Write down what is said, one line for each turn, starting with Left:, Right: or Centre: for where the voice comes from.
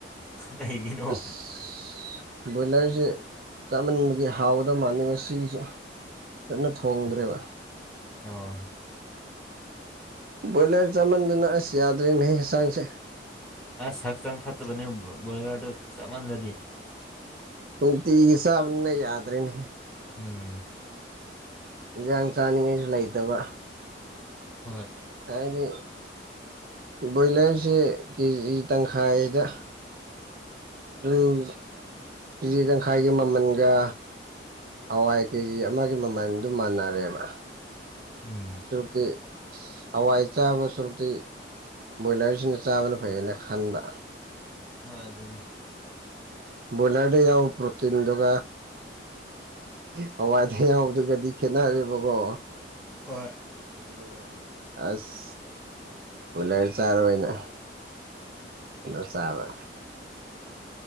Centre: ꯀꯩꯒꯤꯅꯣ
Right: ꯑꯁ ꯕꯣꯏꯂꯔꯁꯦ ꯆꯥꯃꯟꯕꯒꯤ ꯍꯥꯎꯒꯗꯕ ꯃꯥꯥꯟꯜꯂꯤꯦ ꯉꯁꯤꯒꯤꯁꯦ ꯑꯗꯨꯟꯅ ꯊꯣꯡꯗ꯭ꯔꯦꯕ
Centre: ꯑ
Right: ꯕꯣꯏꯂꯔ ꯆꯃꯟꯗꯨꯅ ꯑꯁ ꯌꯥꯗ꯭ꯔꯦꯅꯦꯁꯥꯡꯁꯦ
Centre: ꯑꯁ ꯍꯛꯆꯥꯡ ꯐꯠꯇꯕꯅꯦ ꯕ꯭ꯔꯣꯏꯂꯔꯗꯨ ꯆꯞꯃꯜꯂꯗꯤ
Right: ꯇꯨꯡ ꯇꯒꯤ ꯁꯥꯕꯅꯤꯅ ꯌꯥꯗꯔꯦꯅꯦ
Centre: ꯎꯝ
Right: ꯥꯡ ꯆꯥꯅꯤꯡꯉꯥꯏꯁꯨ ꯂꯩꯇꯕ
Centre: ꯍꯣꯏ
Right: ꯍꯥꯏꯗꯤ ꯕꯣꯏꯂꯔꯁꯦ ꯀꯦꯖꯤ ꯇꯪꯈꯥꯏꯗ ꯎꯝ ꯆ ꯇꯪꯈꯥꯏꯒꯤ ꯃꯃꯟꯒ ꯍꯋꯥꯏ ꯀꯦꯖꯤ ꯑꯃꯒꯤ ꯃꯃꯜꯗꯨ ꯃꯥꯟꯅꯔꯦꯕ
Centre: ꯎꯝ
Right: ꯑꯗꯨ ꯁꯨꯔꯨꯛꯇꯤ ꯍꯋꯥꯏ ꯆꯕ ꯁꯔꯇ ꯕꯣꯏꯂꯔꯁꯤꯅ ꯆꯥꯕꯅ ꯐꯩꯌꯦꯅ ꯈꯟꯕ
Centre: ꯍ ꯑꯗꯨꯅꯦ
Right: ꯣꯂꯗꯤ ꯌꯥꯎ ꯄ꯭ꯔꯇꯤꯟꯗ ꯎ ꯍꯋꯥꯏꯗ ꯌꯥꯗꯨꯒꯗꯤ ꯈꯦꯠꯅꯔꯦꯕꯀꯣ
Centre: ꯍꯣꯏ
Right: ꯅꯤ ꯑꯁ ꯎꯂꯔ ꯆꯥꯔꯅ ꯣꯁꯥꯕ